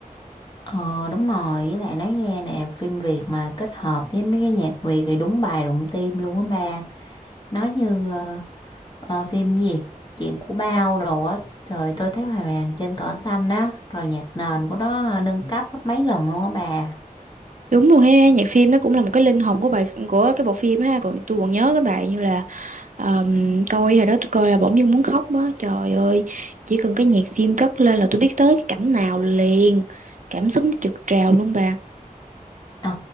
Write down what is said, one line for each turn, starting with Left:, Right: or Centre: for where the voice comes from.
Left: ờ đúng rồi với lại nói nghe nè phim Việt mà kết hợp với mấy cái nhạc Việt thì đúng bài đụng tim luôn á bà nói như ờ, ờ, phim gì chuyện của Bao đồ á rồi tôi thấy hoàng Hoàng trên cỏ xanh á rồi nhạc nền của nó ờ, nâng cấp gấp mấy lần luôn á bà
Right: đúng luôn ha nhạc phim nó cũng là một cái linh hồn của bài của cái bộ phim ha còn tôi còn nhớ cái bài như là Ờm, coi hồi đó tôi coi là bỗng dưng muốn khóc á trời ơi chỉ cần cái nhạc phim cất lên là tôi biết tới cái cảnh nào liền cảm xúc nó trực trào luôn bà
Left: Ồ,